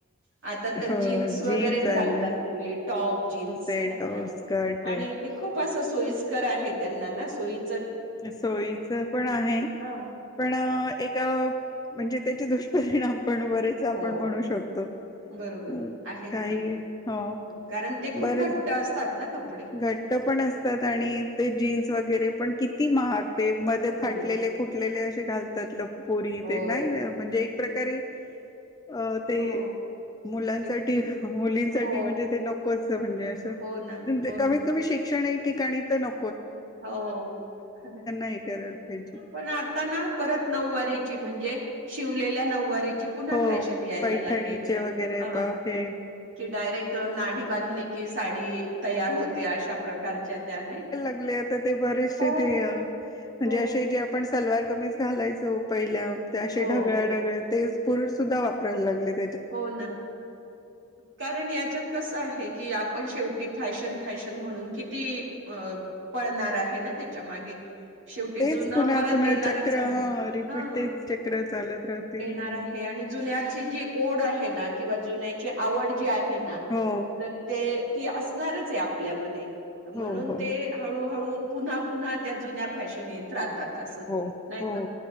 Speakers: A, on the right; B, on the left.
A: <unintelligible> आता तर
B: हो
A: जीन्स वगैरेच
B: आल्या
A: घालतात. मुली टॉप जीन्स
B: आहे
A: घालतात
B: टॉप स्कर्ट
A: आणि
B: आहे
A: ते खूप अस सोईस्कर आहे त्यांना ना सोय
B: सोईच पण आहे
A: हा
B: पण ए म्हणजे त्याचे दुष्परिणाम पण बरेच आपण
A: हो
B: म्हणू शकतो.
A: बरोबर
B: अ,
A: आहेत
B: काही
A: ना
B: हो
A: कारण ते खूप
B: बरेच
A: घट्ट असतात ना कपडे
B: घट्ट पण असतात आणि ते जीन्स वगैरे पण कि ती महागते मध्ये फाटलेले
A: हो
B: फुटलेले असे घालतात ल पोरी
A: हो
B: ते नाही म्हणजे एक प्रकारे अं ते
A: हो
B: मुलांसाठी
A: ते
B: मुलींसाठी
A: हो
B: म्हणजे ते नकोच म्हणजे असं
A: हो ना हो
B: कमीत
A: ना
B: कमी शिक्षण ठिकाणी तर न
A: हो खरंय,
B: हे करायला पाहिजे
A: पण आता ना परत नऊवारीची म्हणजे शिवलेल्या नऊवारी ची पुन्हा
B: हो
A: फॅशन यायला
B: पैठणीचे
A: लागलेली आहे.
B: वगैरे पा हे
A: कि डायरेक्ट नाडि बांधली कि साडी तयार होते. अशा प्रकारच्या त्या नाही का?
B: ते आता बरेचशे
A: हो
B: ते म्हणजे
A: हो
B: अशे जे आपण सलवार कमीज घालायचो पहिल्या ते. असे
A: हो
B: ढगळ्या ढगळ्या ते पुरुष सुद्धा वापरायला लागलेत.
A: हो ना कारण याच्यात कसं आहे की, आपण पण शेवटी फॅशन फॅशन म्हणून किती पळणार आहे ना ते? मागे शेवटी
B: तेच
A: जुनं
B: पुन्हा
A: परत
B: पुन्हा
A: येणारच
B: चक्र
A: आहे.
B: हा रिपीट
A: हं
B: तेच चक्र चालत राहते
A: येणार
B: नेहमी
A: आहे आणि जुन्याची जी ओढ आहे ना, किंवा जुन्याची आवड जी आहे ना
B: हो
A: तर ते ती असणारच आहे आपल्यामध्ये, म्हणून
B: हो हो
A: ते हळूहळू पुन्हा पुन्हा त्या जुन्या फॅशन येत रााहातात असं
B: हो
A: नाही
B: हो
A: का?